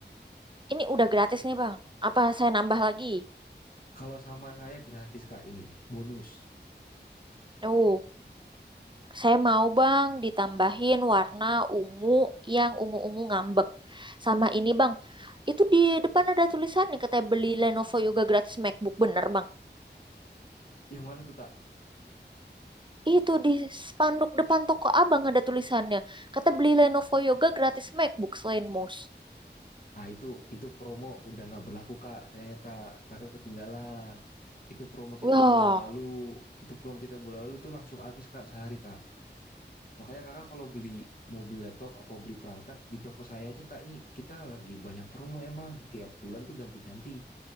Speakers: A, on the right; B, on the left.
A: ini udah gratis nih bang. Apa saya nambah lagi?
B: Kalau sama saya gratis, Kak, ini. Bonus.
A: Oh. Saya mau bang ditambahin warna ungu yang ungu-ungu ngambek. Sama ini bang, itu di depan ada tulisan nih katanya beli Lenovo Yoga gratis MacBook bener bang.
B: Yang mana tuh, Kak?
A: Itu di spanduk depan toko abang ada tulisannya. Kata beli Lenovo Yoga gratis MacBook selain mouse.
B: Ah itu itu promo udah nggak berlaku kak, sayangnya kak kakak ketinggalan. Itu promo kita
A: Wah,
B: bulan lalu, itu promo kita bulan lalu itu langsung habis kak sehari kak. Makanya kakak kalau beli mau beli laptop apa beli perangkat di toko saya aja kak ini kita lagi banyak promo emang tiap bulan tuh ganti-ganti